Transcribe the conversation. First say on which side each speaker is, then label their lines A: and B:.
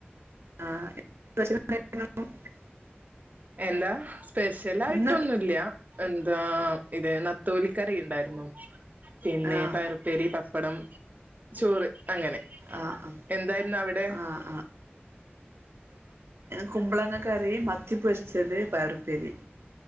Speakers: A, on the right; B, on the right.
A: ആഹ് <unintelligible>
B: എന്താ സ്പെഷ്യൽ ആയിട്ടൊന്നൂല്ല
A: ഇന്ന്
B: എന്താ ഇതെ നത്തോലി കറിയുണ്ടായിരുന്നു പിന്നെ
A: ആഹ്
B: പയറുപ്പേരി പ പ്പടം ചോറ് അങ്ങനെ
A: ആഹ് ആഹ്
B: എന്തായിരുന്നവ്ടെ
A: ആഹ് കുമ്പളങ്ങക്കറി മത്തി പൊരിച്ചത് പഴറുപ്പേരി